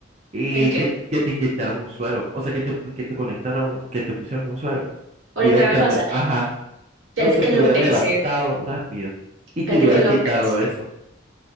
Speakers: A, on the right; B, on the right.
A: y
B: ¿El qué?
A: que, que te inyectaran un suero. O sea, que te, que te conectaran, un- que te pusieran un suero
B: Una
A: directamente.
B: intravenosa.
A: Ajá.
B: Fíjate
A: Eso
B: que
A: te
B: lo
A: hubiera
B: pensé.
A: levantado rápido y te
B: Fíjate
A: hubiera
B: que lo
A: quitado
B: pensé,
A: eso.